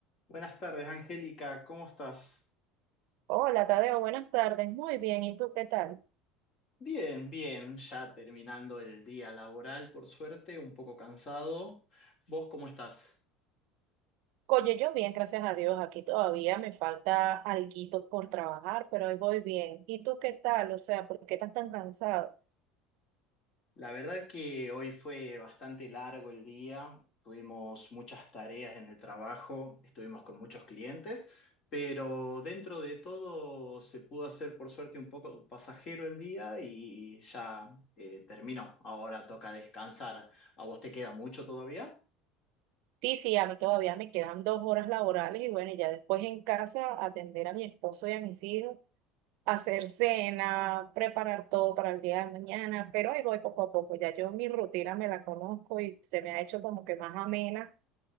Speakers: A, on the left; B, on the right.
A: Buenas tardes, Angélica, ¿cómo estás?
B: Hola, Tadeo, buenas tardes. Muy bien, ¿y tú qué tal?
A: Bien, bien, ya terminando el día laboral, por suerte, un poco cansado. ¿Vos cómo estás?
B: Oye, yo bien, gracias a Dios. Aquí todavía me falta alguito por trabajar, pero hoy voy bien. ¿Y tú qué tal? O sea, ¿por qué estás tan cansado?
A: La verdad que hoy fue bastante largo el día, tuvimos muchas tareas en el trabajo, estuvimos con muchos clientes, pero dentro de todo se pudo hacer por suerte un poco pasajero el día y ya eh, terminó. Ahora toca descansar. ¿A vos te queda mucho todavía?
B: Sí, sí, a mí todavía me quedan dos horas laborales y bueno, y ya después en casa atender a mi esposo y a mis hijos, hacer cena, preparar todo para el día de mañana, pero ahí voy poco a poco. Ya yo mi rutina me la conozco y se me ha hecho como que más amena